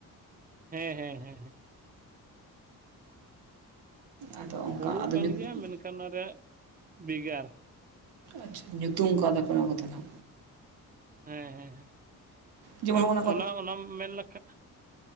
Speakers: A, on the right; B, on the right.
A: ᱦᱮᱸ ᱦᱮᱸ ᱦᱮᱸ ᱦᱸ
B: ᱟᱫᱚ ᱚᱱᱠᱟ
A: ᱦᱩᱲᱩ
B: ᱟᱫᱚ
A: ᱠᱟᱱ
B: ᱧᱩᱛᱩᱢ
A: ᱜᱮᱭᱟ ᱢᱮᱱᱠᱷᱟᱱ ᱚᱱᱟ ᱨᱮᱭᱟᱜ ᱵᱷᱮᱜᱟᱨ᱾
B: ᱟᱪᱪᱷᱟ ᱧᱩᱛᱩᱢ ᱠᱚᱣᱫᱟᱯᱮ ᱚᱱᱟ ᱠᱟᱛᱷᱟ ᱴᱟᱜ᱾
A: ᱦᱮᱸ ᱦᱮᱸ
B: ᱡᱮᱢᱚᱱ
A: ᱟᱨ
B: ᱠᱚ
A: ᱚᱱᱟ ᱚᱱᱟᱢ ᱢᱮᱱ ᱞᱮᱠᱷᱟ